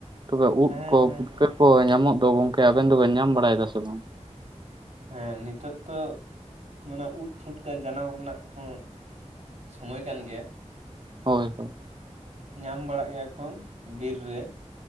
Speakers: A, on the right; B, on the right.
A: ᱛᱚᱵᱮ ᱩᱫ
B: ᱦᱮᱸ
A: ᱠᱚ
B: ᱦᱮᱸ
A: ᱯᱷᱩᱴᱠᱟᱹ
B: ᱦᱮᱸ
A: ᱠᱚ ᱧᱟᱢᱚᱜ ᱫᱚ ᱜᱚᱝᱠᱮ ᱟᱵᱮᱱ ᱫᱚᱵᱮᱱ ᱧᱟᱢ ᱵᱟᱲᱟᱭᱮᱫᱟ ᱥᱮ ᱵᱟᱝ?
B: ᱦᱮᱸ ᱱᱤᱛᱚᱜ ᱛᱚ ᱚᱱᱟ ᱩᱫ ᱯᱷᱩᱴᱠᱟᱹ ᱡᱟᱱᱟᱢ ᱨᱮᱱᱟᱜ ᱦᱚᱸ ᱥᱚᱢᱚᱭ ᱠᱟᱱ ᱜᱮᱭᱟ᱾
A: ᱦᱳᱭ ᱦᱳᱭ᱾
B: ᱧᱟᱢ ᱵᱟᱲᱟᱜ ᱜᱮᱭᱟ ᱠᱚ ᱵᱤᱨ ᱨᱮ